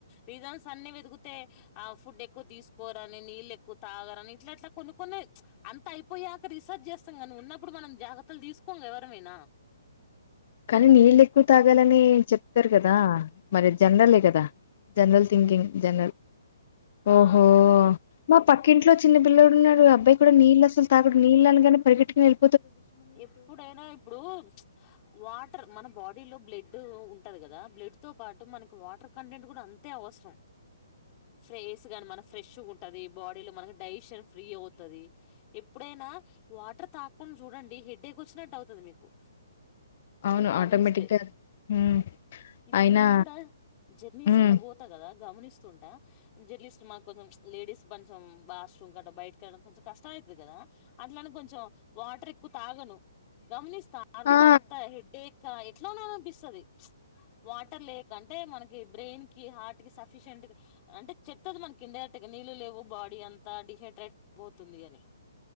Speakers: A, on the left (about 30°); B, on the left (about 50°).
A: రీజన్స్ అన్ని వెతుకుతే ఆ ఫుడ్ ఎక్కువ తీసుకోరని నీళ్ళ ఎక్కు తాగరని ఇట్లా ఇట్లా కొన్ని కొన్ని అంత అయిపోయాక రీసెర్చ్ చేస్తాం గాని, ఉన్నప్పుడు మన జాగ్రత్తలు తీ తీసుకోంగ ఎవరమైనా
B: కానీ నీళ్ళెక్కువ తా గాలని చెప్తరు గదా మరి అది జనరలే గదా జనరల్ థింకింగ్ జనరల్ ఓహో
A: ఆ
B: మా పక్కింట్లో చిన్న పిల్లోడు ఉన్నాడు. అబ్బాయి కూడా నీళ్ళు అసలు తాగడు. నీళ్ళ అనగానే పరిగెటుకొని ఎల్
A: ఎప్పుడైనా ఇప్పుడూ వా టర్ మన బాడీ లో బ్లడ్ ఉంటది గదా. బ్లడ్ తో పాటు మనకి వాటర్ కంటెంట్ గూడా అంతే అవసరం. ఫ్రేస్ గాని మన ఫ్రెష్గుంటది బా మనకి డైజషన్ ఫ్రీ అవుతది. ఎప్పుడైనా వాటర్ తాగకుండా చూడండి. హెడ్డేక్ ఓచ్చినట్టు అవుతది మీకు
B: అవును
A: గమనిస్తే
B: ఆటోమేటిక్ గా ఉమ్
A: ఇప్పుడు
B: అయినా
A: నేన్ గూడా జర్నీస్
B: ఉమ్
A: అట్లా పో తా కద గమనిస్ తుంట జర్లీస్ట్ మాకొంచెం లేడీస్ బంచం వాష్రూమ్ కట్ల బయటకెళ్ళడం కొంచం కష్టం అవుతుది కదా అట్లానే కొంచెం వాటర్ ఎక్కువ తాగను గమనిస్తా అప్పుడంత
B: ఆ
A: హెడేక్ ఎట్లా ఉన్నా అనిపిస్తది వాటర్ లేక అంటే మనకి బ్రెయిన్కి హార్ట్కి సఫిషియంట్కి అంటే చెప్తది మనకిండైరెక్ట్ గా నీళ్ళు లేవు బాడీ అంతా డిహైడ్రేట్ అయిపోతుందని